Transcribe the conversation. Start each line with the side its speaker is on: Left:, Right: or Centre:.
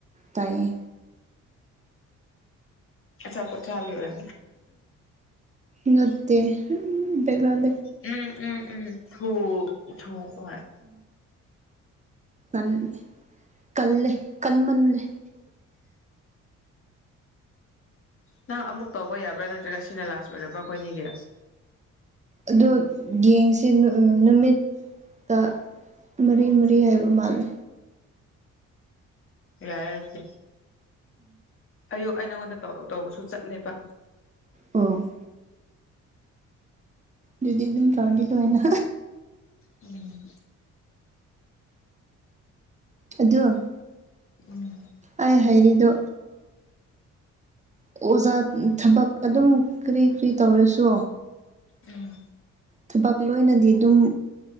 Right: ꯇꯥꯏꯌꯦ
Left: ꯆꯄ ꯆꯥꯕꯤ ꯑꯣꯏꯔ
Right: ꯅꯠꯇꯦ ꯕꯦꯛꯒ꯭ꯔꯥꯎꯟ
Left: ꯎꯝ ꯎꯝ ꯎꯝ ꯊꯧ ꯊꯧ ꯍ
Right: ꯎꯝꯦ ꯀꯜꯂꯦ ꯀꯟꯃꯜꯂꯦ
Left: ꯅꯪ ꯑꯃꯨꯛ ꯇꯧꯕ ꯌꯥꯕ꯭ꯔꯥ ꯅꯠꯇ꯭ꯔꯒ ꯁꯤꯅ ꯂꯥꯁ ꯑꯣꯏꯔꯕ꯭ꯔꯥ ꯑꯩꯈꯣꯏꯅꯤꯒꯤ
Right: ꯑꯗꯣ ꯌꯦꯡꯁꯦ ꯅꯨꯃꯤꯠ ꯇ ꯃꯔꯤ ꯃꯔꯤ ꯍꯥꯏꯕꯃꯂ
Left: ꯌꯥꯏ ꯑꯗꯨꯗꯤ ꯑꯌꯨꯛ ꯑꯩ ꯅꯪꯉꯣꯟꯗ ꯇꯧꯕꯁꯨ ꯆꯠꯂꯦꯕ
Right: ꯎꯝ ꯑꯗꯨꯗꯤ ꯑꯗꯨꯝ ꯆꯥꯗꯤ ꯂꯅ
Left: ꯎꯝ
Right: ꯑꯗꯣ
Left: ꯎꯝ
Right: ꯑꯩ ꯍꯥꯏꯔꯤꯗꯣ ꯑꯣꯖꯥ ꯊꯕꯛ ꯑꯗꯨꯝ ꯀꯔꯤ ꯀꯔꯤ ꯇꯧꯔꯁꯨ
Left: ꯎꯝ
Right: ꯊꯕꯛ ꯂꯣꯏꯅꯗꯤ ꯑꯗꯨꯝ